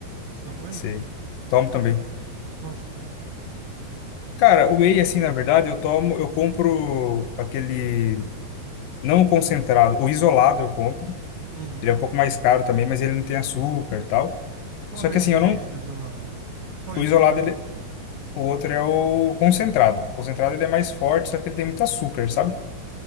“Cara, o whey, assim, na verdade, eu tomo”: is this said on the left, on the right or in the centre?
Left